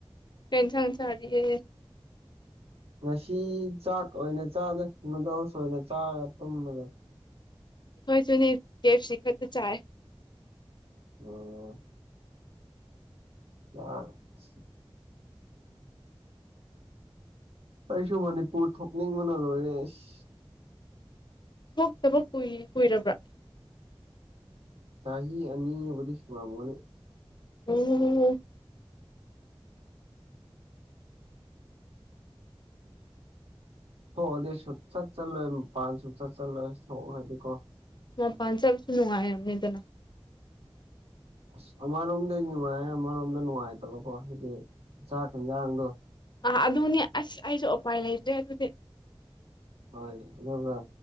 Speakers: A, on the left; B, on the right.
A: ꯀꯩ ꯏꯟꯁꯥꯡ ꯆꯥꯔꯤꯒꯦ
B: ꯉꯁꯤ ꯆꯥꯛ ꯑꯣꯏꯅ ꯆꯥꯗꯦ ꯅꯨꯗꯥꯜꯁ ꯑꯣꯏꯅ ꯆꯥꯔ ꯇꯨꯝꯃ ꯂꯩ
A: ꯑꯩꯈꯣꯏꯁꯨꯅꯤ ꯀꯦꯞꯁꯤ ꯈꯛꯇ ꯆꯥꯏ
B: ꯑꯣ <unintelligible> ꯑꯩꯁꯨ ꯃꯅꯤꯄꯨꯔ ꯊꯣꯛꯅꯤꯡꯕꯅ ꯂꯣꯏꯔꯦ ꯏꯁ
A: ꯊꯣꯛꯇꯕ ꯀꯨꯏ ꯀꯨꯏꯔꯕ꯭ꯔꯥ
B: ꯆꯍꯤ ꯑꯅꯤꯕꯨꯗꯤ ꯁꯨꯔꯝꯃꯅꯤ
A: ꯎꯝ
B: ꯊꯣꯛꯑꯗꯤ ꯁꯨꯡꯆꯥꯠ ꯆꯥꯠꯂꯣꯏ ꯃꯄꯥꯟ ꯁꯪꯥꯨꯡꯆꯥꯠ ꯆꯥꯠꯂꯣꯏ ꯊꯣꯛꯑꯗꯤ ꯀꯣ
A: ꯃꯄꯥꯟ ꯆꯥꯠꯄ ꯅꯨꯡꯉꯥꯏꯕꯅꯤꯗꯅ
B: ꯑꯁ ꯑꯃꯔꯣꯝꯗꯗꯤ ꯅꯨꯡꯉꯥꯏ ꯑꯃꯔꯣꯝꯗ ꯅꯨꯡꯉꯥꯏꯇꯕꯀꯣ ꯍꯥꯏꯗꯤ ꯆꯥꯛ ꯏꯟꯖꯥꯡꯗꯣ
A: ꯑꯥ ꯑꯗꯨꯅꯤ ꯑꯁ ꯑꯩꯁꯨ ꯎꯄꯥꯏ ꯂꯩꯇ꯭ꯔꯦ ꯑꯗꯨꯗꯤ
B: ꯍꯣꯏ ꯑꯗꯨꯒ